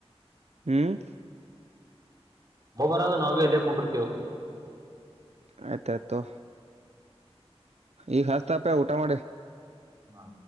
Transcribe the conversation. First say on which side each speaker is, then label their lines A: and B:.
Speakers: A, on the right; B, on the right.
A: ಹ್ಮ್.
B: ಒಬ್ಬ ಬರೋದು ನಾವ ಬೀ ಇಲ್ಲೇ ಕುಂದರ್ತೇವು.
A: ಆಯ್ತ ಆಯ್ತು ತೊಗೊ ಈಗ ಹತ್ತಾತ ಊಟಾ ಮಾಡಿ.
B: ಹಾ.